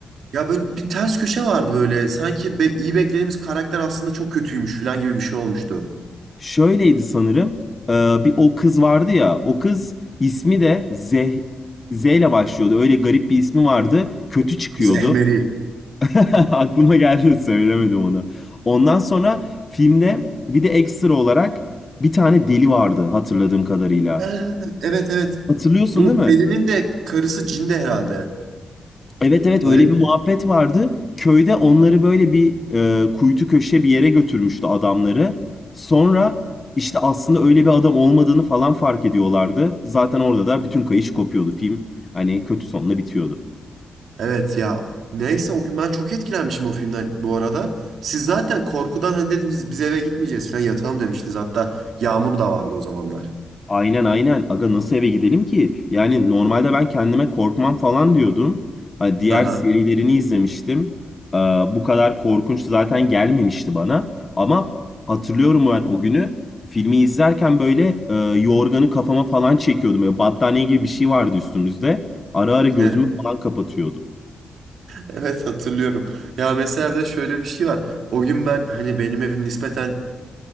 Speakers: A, on the right (about 75°); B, on the left (about 25°).
A: Ya böyle bir ters köşe vardı böyle. Sanki be- iyi beklediğimiz karakter aslında çok kötüymüş falan gibi bir şey olmuştu.
B: Şöyleydi sanırım. E, bir o kız vardı ya. O kız ismi de Zeh Z ile başlıyordu. Öyle garip bir ismi vardı. Kötü çıkıyordu.
A: Zehmeri. <laughs>
B: <laughs> Aklıma geldi söylemedim onu. Ondan sonra filmde bir de ekstra olarak bir tane deli vardı hatırladığım kadarıyla.
A: Ee, Evet evet.
B: Hatırlıyorsun
A: Bunu
B: değil mi?
A: Deli'nin de karısı cin de herhalde.
B: Evet evet
A: Öyle
B: öyle
A: mi?
B: bir muhabbet vardı. Köyde onları böyle bir e, kuytu köşe bir yere götürmüştü adamları. Sonra işte aslında öyle bir adam olmadığını falan fark ediyorlardı. Zaten orada da bütün kayış kopuyordu. Film hani kötü sonla bitiyordu.
A: Evet ya. Neyse o gün ben çok etkilenmişim o filmden bu arada. Siz zaten korkudan hani dediniz biz eve gitmeyeceğiz falan yatalım demiştiniz. Hatta Yağmur da vardı o zamanlar.
B: Aynen aynen. Aga nasıl eve gidelim ki? Yani normalde ben kendime korkmam falan diyordum. Hani diğer
A: Aha.
B: serilerini izlemiştim. Ee, bu kadar korkunç zaten gelmemişti bana. Ama hatırlıyorum ben o günü filmi izlerken böyle e, yorganı kafama falan çekiyordum. Böyle battaniye gibi bir şey vardı üstümüzde. Ara ara
A: <laughs>
B: gözümü falan kapatıyordum.
A: Evet hatırlıyorum. Ya mesela bir de şöyle bir şey var. O gün ben hani benim evim nispeten